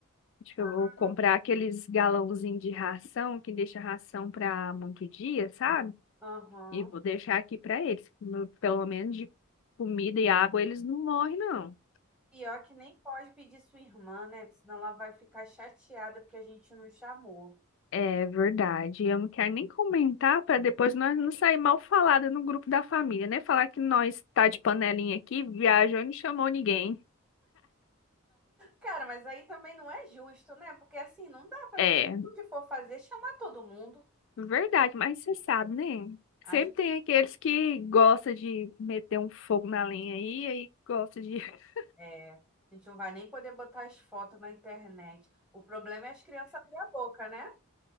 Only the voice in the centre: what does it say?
Ah,
Aham.
Pior que nem pode pedir sua irmã, né? Porque Senão ela vai ficar chateada porque a gente não chamou.
Cara, mas aí também não é justo, né? Porque assim, não dá pra
tudo que for fazer chamar todo mundo.
A
gente,
é, a gente não vai nem poder botar as fotos na internet. O problema é as crianças abrir a boca, né?